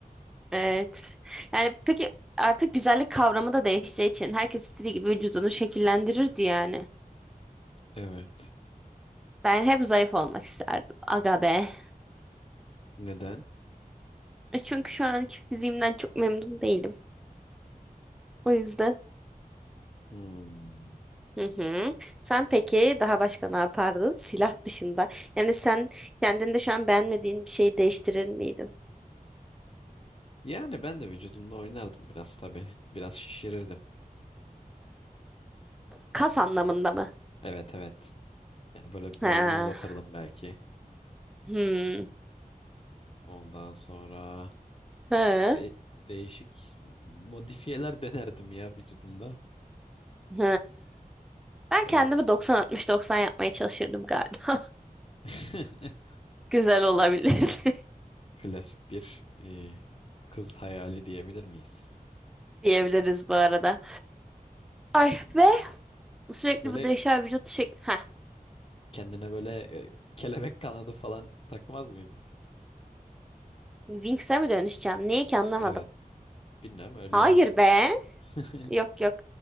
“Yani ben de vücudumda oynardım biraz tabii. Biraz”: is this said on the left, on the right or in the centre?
Left